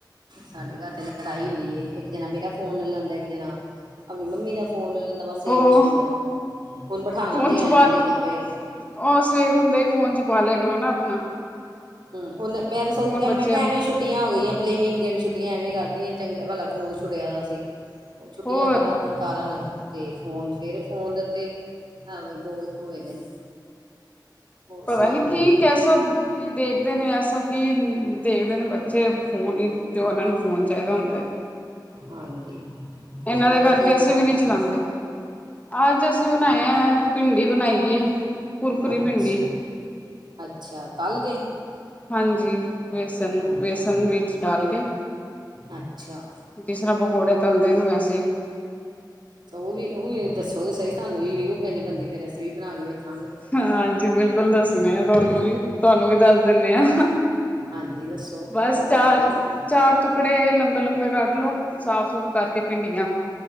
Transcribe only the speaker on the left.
ਉਹ
ਫੋਨ
ਚ
ਬਾਹਰ
ਉਹ ਸਵੇਰ ਹੁੰਦੇ ਈ ਫੋਨ ਚ ਪਾ ਲਿਆ ਕਰੋ ਨਾ ਅਪਨਾ।
ਬੱਚਿਆਂ
ਨੂੰ
ਹੋਰ
ਪਤਾ
ਨੀ ਕੀ
ਕੈਸਾ ਕੀ ਦੇਖਦੇ ਨੇ ਐਸਾ ਕੀ ਦੇਖਦੇ ਨੇ ਬੱਚੇ ਫੋਨ ਜੋ ਉਹਨਾਂ ਨੂੰ ਫੋਨ ਚਾਈਦਾ ਹੁੰਦੈ।
ਏਂਨਾਂ
ਦੇ
ਕਰਕੇ
ਅਸੀਂ ਵੀ
ਨਹੀਂ ਚਲਾਂਦੇ।
ਅੱਜ ਅਸੀਂ ਬਨਾਏ
ਐ ਭਿੰਡੀ ਬਨਾਈਏ, ਕੁੁਰਕੁਰੀ
ਭਿੰਡੀ।
ਹਾਂਜੀ, ਵੇਸਨ
ਵੇਸਨ ਵਿੱਚ ਡਾਲ ਕੇ
ਜਿਸ ਰਾਂ ਪਕੋੜੇ ਤਲਦੇ ਨੇ ਵੈਸੇ ਈ।
ਹਾਂਜੀ, ਬਿਲਕੁਲ ਦੱਸਨੇ ਆ ਤੁਹਾਨੂੰ ਵੀ। ਤੁਆਂਨੂੰ ਵੀ ਦੱਸ ਦਿੰਨੇ ਆਂ,
ਬਸ
ਚਾਰ
ਚਾਰ ਤੁਕੜੇ ਲੰਬੇ ਲੰਬੇ ਕੱਟ ਲੋ। ਸਾਫ ਸੁੂਫ਼ ਕਰਕੇ ਭਿੰਡੀਆਂ,